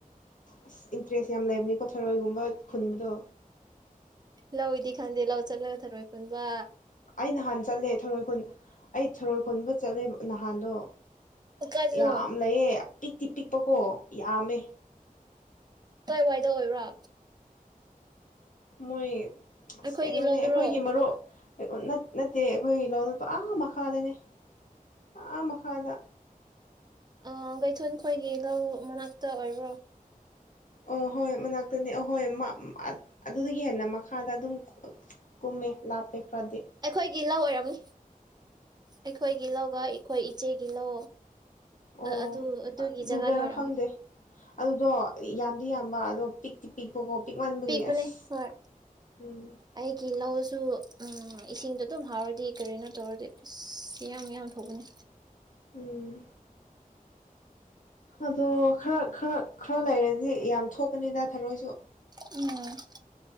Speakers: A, on the left; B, on the right.
A: ꯑꯁ ꯏꯟꯇꯔꯦꯁ ꯌꯥꯝ ꯂꯩꯕꯅꯤꯀꯣ ꯊꯔꯣꯏꯒꯨꯝꯕ ꯈꯨꯟꯕꯗꯣ
B: ꯂꯧꯏꯗꯤ ꯈꯪꯗꯦ ꯂꯧ ꯆꯠꯂꯒ ꯊꯔꯣꯏ ꯄꯨꯟꯕ
A: ꯑꯩ ꯅꯍꯥꯟ ꯆꯠꯂꯦ ꯊꯔꯣꯏ ꯈꯨꯟ ꯑꯩ ꯊꯔꯣꯏ ꯈꯨꯣꯟꯕ ꯆꯠꯂꯦ ꯅꯍꯥꯟꯗꯣ
B: ꯀꯥꯏꯗꯅꯣ
A: ꯌꯥꯝ ꯂꯩꯌꯦ ꯄꯤꯛꯇꯤ ꯄꯤꯛꯄꯀꯣ ꯌꯥꯝꯃꯦ
B: ꯀꯏ ꯋꯥꯏꯗ ꯑꯣꯏꯕ꯭ꯔꯣ
A: ꯃꯣꯏ ꯑꯁ
B: ꯑꯩꯈꯣꯏꯒꯤ
A: ꯀꯩꯅꯣꯅꯦ
B: ꯂꯧꯗ꯭ꯔꯣ
A: ꯑꯩꯈꯣꯏꯒꯤ ꯃꯔꯨꯞ ꯅꯠꯇꯦ ꯑꯩꯈꯣꯏꯒꯤ ꯂꯣꯅꯇꯣ ꯑꯥ ꯃꯈꯥꯗꯅꯦ ꯑꯥ ꯃꯈ ꯃꯈꯥꯗ
B: ꯑ ꯀꯩꯊ ꯑꯩꯈꯣꯏꯒꯤ ꯂꯧ ꯃꯅꯥꯛꯇ ꯑꯣꯏꯕ꯭ꯔꯣ
A: ꯑꯣ ꯍꯣꯏ ꯃꯅꯥꯛꯇꯅꯤ ꯑꯍꯣꯏ ꯑꯗꯨꯗ ꯍꯦꯟꯅ ꯃꯈꯥꯗ ꯑꯗꯨꯝ ꯀꯨꯝꯃꯦ ꯂꯥꯞꯄꯦ ꯈꯔꯗꯤ
B: ꯑꯩꯈꯣꯏꯒꯤ ꯂꯧ ꯑꯣꯏꯔꯝꯅꯤ ꯑꯩꯈꯣꯏꯒꯤ ꯂꯧꯒ ꯑꯩꯈꯣꯏ ꯏꯆꯦ ꯏ ꯏꯂꯣ
A: ꯑꯣ
B: ꯑꯗꯨ ꯑꯗꯨꯒꯤ
A: ꯑꯗꯨꯗꯔ
B: ꯖꯒꯥꯗ ꯑꯣꯏꯔꯝꯅꯦ
A: ꯈꯪꯗꯦ ꯑꯗꯨꯗꯣ ꯌꯥꯝꯗꯤ ꯌꯥꯝꯕ ꯑꯗꯣ ꯄꯤꯛꯇꯤ ꯄꯤꯛꯄꯀꯣ ꯄꯤꯛ ꯃꯥꯟꯕꯒꯤ
B: ꯄꯤꯛꯄꯅꯦ
A: ꯑꯁ
B: ꯍꯣꯏ
A: ꯎꯝ
B: ꯑꯩꯒꯤ ꯂꯧꯁꯨ ꯎꯝ ꯏꯁꯤꯡꯗꯣ ꯑꯗꯨꯝ ꯍꯥꯎꯔꯗꯤ ꯀꯔꯤꯅꯣ ꯇꯧꯔꯗꯤ ꯑꯁ ꯌꯥꯝꯌꯥꯝ ꯌꯥꯝ ꯊꯧꯕꯅꯦ
A: ꯎꯝ ꯑꯗꯣ ꯈꯔ ꯈꯔ ꯈꯔ ꯂꯩꯔꯗꯤ ꯌꯥꯝ ꯊꯣꯛꯀꯅꯤꯗ ꯊꯔꯣꯏꯁꯨ
B: ꯎꯝ